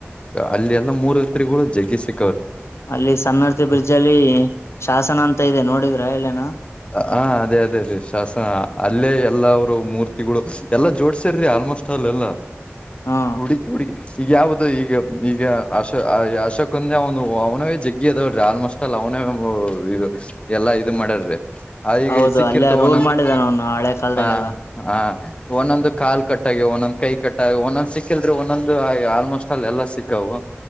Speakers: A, on the left; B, on the left.
A: ಅಲ್ಲಿ ಎಲ್ಲ ಮೂರು ಹತ್ರಿಗಳು ಜಗ್ಗಿ ಸಿ
B: ಅಲ್ಲಿ ಸ್ಣಾರ್ತಿ ಬ್ರಿಡ್ಜ್ ಅಲ್ಲಿ ಶಾಸನ ಅಂತ ಇದೆ ನೋಡಿದ್ರ ಎಲ್ಲನ
A: ಹ ಅದೇ ಅದೇ ಅ ಶ್ವಾಸನ ಅಲ್ಲೇ ಎಲ್ಲ ಅವರು ಮೂರ್ತಿಗಳು ಎಲ್ಲಾ ಜೋಡ್ಸರಿ ಆಲ್ಮೋಸ್ಟ್ ಅಲ್ಲ ಎಲ್ಲಾ
B: ಹಾ
A: ಕುಡಿ ಚ ಕುಡಿ ಈಗ ಯಾವ್ದ ಈಗ ಈಗ ಅ ಅಶಕಂದ ಅವನು ಅವನವ ಜಗ್ಗಿ ಅದಾವಡ್ರಿ ಆಲ್ಮೋಸ್ಟ್ ಅಲ್ಲ ಅವನ ಇದು ಎಲ್ಲಾ ಇದು ಮಾಡಾರ್ರಿ ಹ ಈಗ
B: ಹೌದು
A: ಸಿಕ್ಕಿರ್ತವ
B: ಅಲ್ಲೇ ರೂಲ್
A: ಒಂದೊಂದು
B: ಮಾಡಿದಾನ ಅವನು ಹಳೆ ಕಾಲದಾಗೆಲ್ಲ
A: ಹ ಹ ಒಂದೊಂದು ಕಾಲ್ ಕಟ್ಟ ಕೆ ಒಂದೊಂದ್ ಕೈ ಕಟ್ಟ ಒಂದೊಂದ್ ಸಿಕ್ಕಲ್ೆ ಒಂದೊಂದಂದು ಆಲ್ಮೋಸ್ಟ್ ಅಲ್ಲಿ ಎಲ್ಲಾ ಸಿಕ್ಕವು